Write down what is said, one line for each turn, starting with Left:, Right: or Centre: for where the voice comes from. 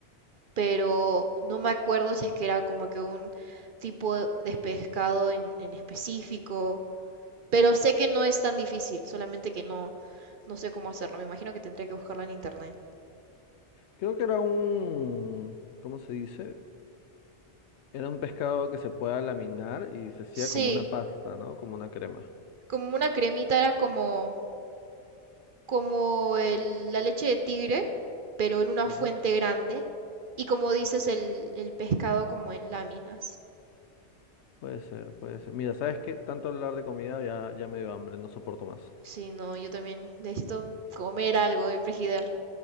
Right: pero no me acuerdo si es que era como que un tipo de pescado en, en específico. Pero sé que no es tan difícil, solamente que no, no sé cómo hacerlo. Me imagino que tendría que buscarlo en internet.
Left: Creo que era un, ¿cómo se dice? Era un pescado que se pueda laminar y se hacía
Right: Sí,
Left: como una pasta, ¿no? Como una crema.
Right: como una cremita era como, como el- la leche de tigre, pero en una
Left: Ya.
Right: fuente grande. Y como dices, el, el pescado como en láminas.
Left: Puede ser, puede ser. Mira, ¿sabes qué? Tanto hablar de comida ya, ya me dio hambre, no soporto más.
Right: Sí, no, yo también necesito comer algo de Frigidaire.